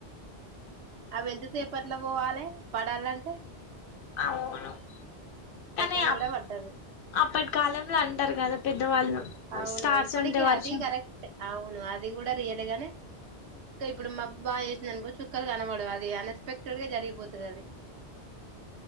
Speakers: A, on the right; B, on the left.
A: అవి ఎంతసేపట్లో పోవాలి పడాలంటే
B: అవును
A: సెకన్
B: కానీ అప్
A: కూడా పట్టదు
B: అప్పటి కాలంలో అంటారు కదా పెద్దవాళ్ళు
A: అవును
B: స్టార్స్
A: ఇప్పటికి
B: ఉంటే వర్షం
A: అది కరెక్ట్ అవును అది కూడా రీయల్ ఏ గాని చుక్కలు ఇప్పుడు మాబ్బు బావా చేసినందినుకో చుక్కలు కనబడవు అది అన్ ఎస్పెక్టెడ్ గా జరిగిపో పోతదాది